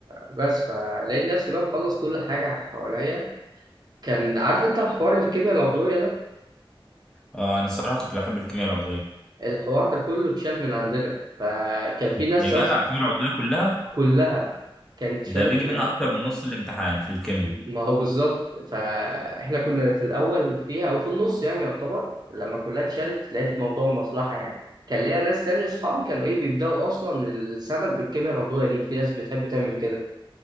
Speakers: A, on the right (about 45°); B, in the centre.
A: بس فلقيت نفسي بقى مخلص كل حاجه حواليا كان عارف انت حوار الكيمياء العضويه ده
B: اه انا الصراحة كنت بحب الكيمياء العضوية
A: الحوار ده كله اتشال من عندنا فكان في ناس
B: يا جدع الكيمياء العضوية كلها
A: كلها كانت شالت
B: ده بيجي منها
A: ما
B: اكتر من نص الامتحان في الكيمياء
A: ما هو بالظبط فاحنا كنا في الاول فيها او في النص يعني يعتبر لما كلها اتشالت لقيت الموضوع مصلحه يعني كان ليا ناس تانية اصحابي كانوا ايه بيبداوا اصلا السنه بالكيمياء العضويه دي في ناس بتحب تعمل كده